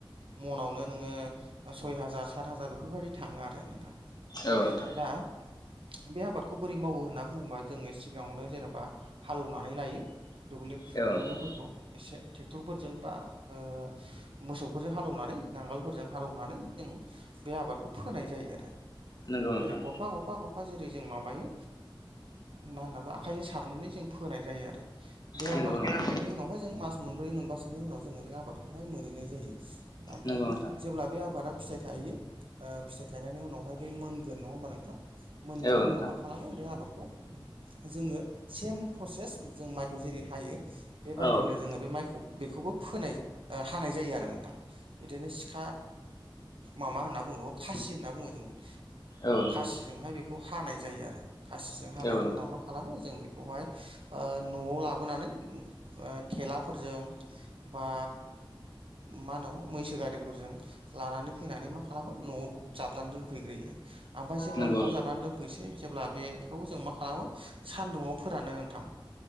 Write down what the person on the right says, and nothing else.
मनावनो नोङो सय हाजार सात हाजार बेफोरबायदि थाङो आरो नोंथां।
दा बे आबादखौ बोरै मावो होनना बुङोबा जोङो सिगाङावनो जेनेबा हालौवनानै लायो। दुब्लि
दुब्लिफोरखौ
एसे ट्रेक्टरफोरजों बा ओ। मोसौफोरजों हालेवनानै नांगोलफोरजों हालौवनानै जों बे आबादखौ फोनाय जायो आरो।
ओरै गफा गफाफा फा जेरै जों माबायो मा होनना बो आखाइजों सारनानै जों फोनाय जायो आरो। बे आबाद।
ओमफ्राय बेनि उनावहाय जों मास मोनब्रै मोनबासोनि उनाव जोङो बे आबादखौहाय मोनहैनाय जायो ओमफफ्राय।
जेब्ला बे आबादा फिथाइ थायो फिथाइ थायनायनि उनावहाय बे मोनगोन नङा होमबा नोंथां। मोननायनि
उनाव मा खालामो बे आबादखौ। जोङो सेम प्रसेस जों माइखौ जेरै हायो। बेबायदिनो
जोङो बे माइखौ बेखौबो फोनाय हानाय जायो आरो नोंथां। बिदिनो सिखा माबा होनना बुङो खासि होनना बुङो जोङो।
खासिजोंहाय बेखौ हानाय जायो आरो खासिजों हानायनि
उनाव मा खालामो जों बेखौहाय। ओ न'आव लाबोनानै बा थेलाफोरजों बा। मानो मैसो गारिफोरजों लानानै फैनानै मा खालामो न'आव जाबनानै दोनफैग्रोयो। ओमफ्राय जेब्ला
न'आव जाबनानै दोनफैसै जेब्ला बेखौ जों मा खालामो सान्दुङाव फोरानो नोंथां।